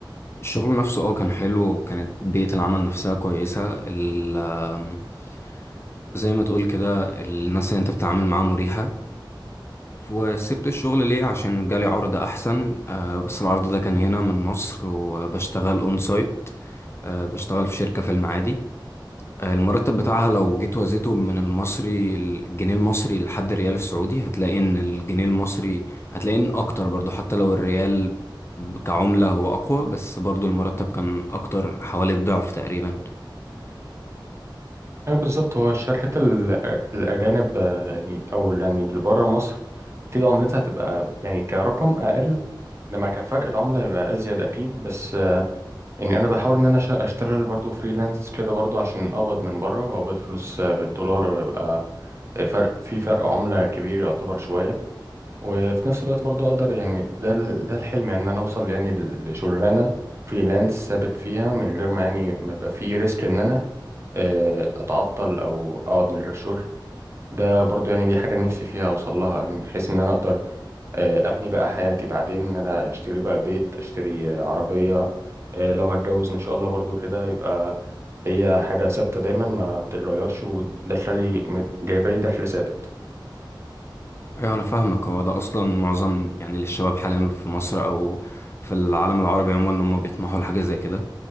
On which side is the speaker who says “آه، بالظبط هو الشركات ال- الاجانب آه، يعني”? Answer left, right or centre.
Right